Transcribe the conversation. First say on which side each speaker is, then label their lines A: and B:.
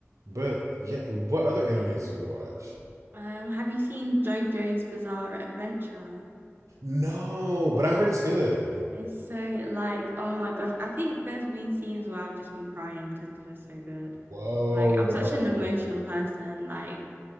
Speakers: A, on the right; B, on the right.
A: but yeah, what other animes do you watch?
B: Um, have you seen JoJo's Bizarre Adventure?
A: No, but I heard it's good.
B: It's so like, oh my gosh. I think there's been scenes where I've just been crying because it's just so good.
A: Whoa,
B: Like, I'm such an emotional
A: uh,
B: person. Like,